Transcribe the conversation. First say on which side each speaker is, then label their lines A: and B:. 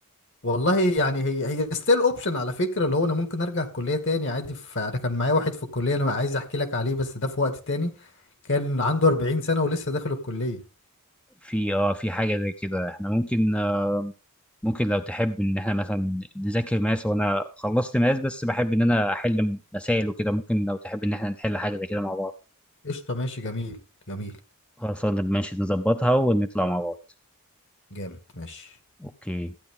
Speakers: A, on the left (about 55°); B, in the centre.
A: والله يعني هي هي ستيل اوبشن على فكره اللي هو انا ممكن ارجع الكليه تاني عادي ف- انا كان معايا واحد في الكليه انا عايز احكي لك عليه بس ده في وقت تاني كان عنده 40 سنه ولسه داخل الكليه
B: في اه في حاجه زي كده احنا ممكن ممكن لو تحب ان احنا مثلا نذاكر ماس وانا خلصت ماس بس بحب ان انا احل مسائل وكده ممكن لو تحب ان احنا نحل حاجه زي كده مع بعض
A: قشطه ماشي جميل جميل
B: خلاص ماشي نظبطها ونطلع مع بعض
A: جامد ماشي
B: اوكي